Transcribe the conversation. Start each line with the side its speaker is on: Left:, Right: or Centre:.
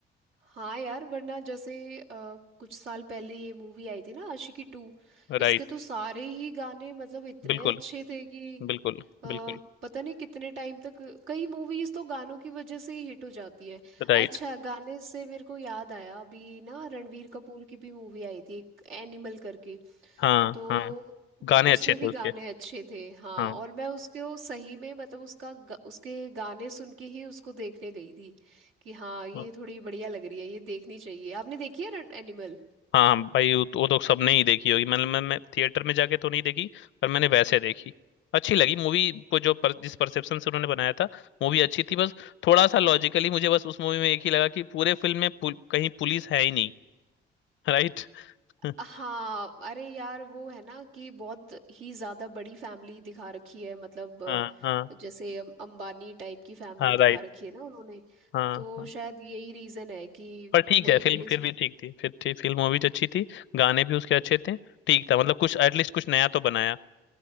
Right: हाँ यार वरना जैसे अ, कुछ साल पहले ये मूवी आई थी ना आशिकी टू
Left: है राइट
Right: इसके तो सारे ही गाने मतलब इतने
Left: बिल्कुल
Right: अच्छे थे कि
Left: बिल्कुल
Right: अ,
Left: बिल्कुल
Right: पता नहीं कितने टाइम तक कई मूवीज तो गानों की वजह से ही हिट हो जाती हैं
Left: राइट
Right: अच्छा गाने से मेरे को याद आया अभी ना रणवीर कपूर की भी मूवी आई थी एक एनिमल करके
Left: हाँ
Right: तो
Left: हाँ गाने
Right: उसमें
Left: अच्छे थे
Right: भी
Left: उसके
Right: गाने अच्छे थे हाँ
Left: हाँ
Right: और मैं उसके वो सही में मतलब उसका ग, उसके गाने सुन के ही उसको देखने गई थी कि हाँ ये
Left: हाँ
Right: थोड़ी बढ़िया लग रही है ये देखनी चाहिए आपने देखी है रन एनिमल
Left: हाँ, भाई वो तो, वो तो सबने ही देखी होगी मतलब मैं, मैं थिएटर में जाके तो नहीं देखी पर मैंने वैसे देखी अच्छी लगी मूवी को जो पर, जिस परसेप्शन से उन्होंने बनाया था मूवी अच्छी थी बस थोड़ा सा लॉजिकली मुझे बस उस मूवी में एक ही लगा कि पूरे फिल्म में पुल, कहीं पुलिस है ही नहीं राइट <laughs>
Right: हाँ अरे यार वो है ना कि बहुत ही ज्यादा बड़ी फैमिली दिखा रखी है मतलब
Left: हाँ हाँ
Right: अ, जैसे अम- अंबानी टाइप की फैमिली
Left: हाँ
Right: दिखा
Left: राइट
Right: रखी है ना उन्होंने
Left: हाँ
Right: तो
Left: हाँ
Right: शायद यही रीजन है कि
Left: पर ठीक
Right: वही
Left: है फिल्म
Right: पुलिस
Left: फिर भी ठीक थी फिर ठीक फिल्म मूवी तो अच्छी थी गाने भी उसके अच्छे थे ठीक था मतलब कुछ एटलीस्ट कुछ नया तो बनाया